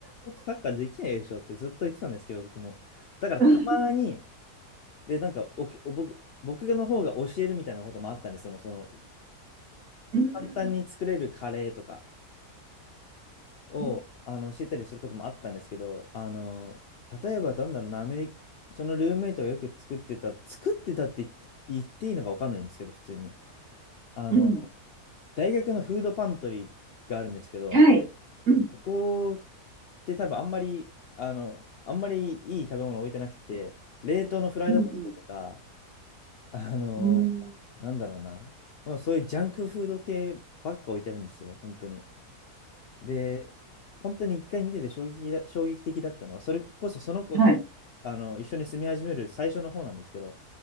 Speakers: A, on the left; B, on the right.
A: サッカーできないでしょってずっと言ってたんですけど、僕も。だからたまに、
B: うん、
A: で、なんかおきお僕、僕の方が教えるみたいなこともあったんです。その、その、
B: うん、
A: 簡単に作れるカレーとかを、
B: うん、
A: あの、教えたりすることもあったんですけど、あの、例えばなんだろうな、アメリカ、そのルームメイトがよく作ってた、作ってたって言って言っていいのかわかんないんですけど、普通に。あの
B: うん、
A: 大学のフードパントリーがあるんですけど、
B: はい。うん、
A: そこって多分あんまり、あの、あんまりいい食べ物置いてなくて、冷凍のフライドポテトとか、
B: うん、うん、
A: あの、
B: うん、
A: なんだろうな、もうそういうジャンクフード系ばっか置いてあるんですよ、本当に。で、本当に一回見てて衝撃だ、衝撃的だったのは、それこそその子と、
B: はい、
A: あの、一緒に住み始める最初の方なんですけど、